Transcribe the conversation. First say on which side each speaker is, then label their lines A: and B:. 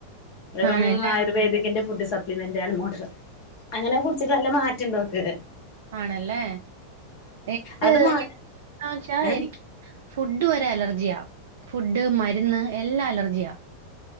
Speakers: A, on the left (about 40°); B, on the right (about 55°).
A: വെറും
B: ആണല്ലേ?
A: ആയുർവേദിക്കിന്റെ ഫുഡ് സ മെന്റ്ണ് മോഡർ അങ്ങനെ കുറിച്ചിട്ട് നല്ല മാറ്റംണ്ട് നോക്ക്
B: ആണല്ലേ എന്താ
A: അത് മാ
B: വച്ചാ
A: ഏ
B: എനിക്ക് ഫുഡ് വരെ അലർജിയ ആ ഫുഡ് മരുന്ന് എല്ലാം അലർജിയാ